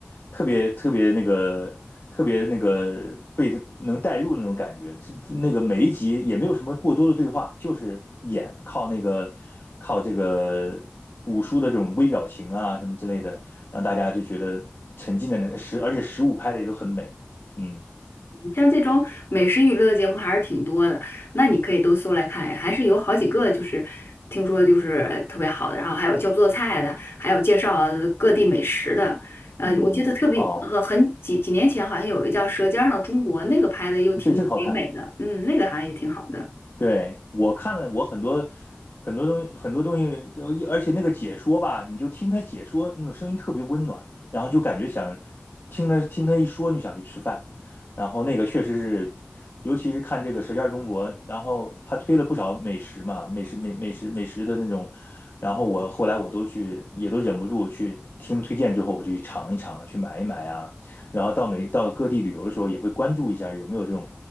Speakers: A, on the left; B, on the left.
A: 特别、特别那个、特别那个被能带入那种感觉。是那个每一集也没有什么过多的对话，就是演靠那个靠这个五叔的这种微表情啊什么之类的，让大家就觉得沉浸在那个十，而且十五拍的也都很美。嗯
B: 像这种美食娱乐节目还是挺多的，那你可以都搜来看呀还是有好几个就是听说就是特别好的，然后还有教做菜的，还有介绍各地美食的。呃，
A: 嗯，
B: 我记得特别很很几几年前好像有一个叫《舌尖上的中国》，
A: 哦，
B: 那个拍的又挺唯美的，
A: 这这个好看。
B: 嗯，那个好像也挺好的。
A: 对，我看了，我很多很多东西，很多东西都，而且那个解说吧，你就听他解说，那种声音特别温暖，然后就感觉想听他听他一说，你想去吃饭。然后那个确实是，尤其是看这个《舌尖中国》，然后他推了不少美食嘛，美食美美食美食的那种，然后我后来我都去，也都忍不住去听推荐之后，我就去尝一尝，去买一买啊。然后到每到各地旅游的时候，也会关注一下有没有这种，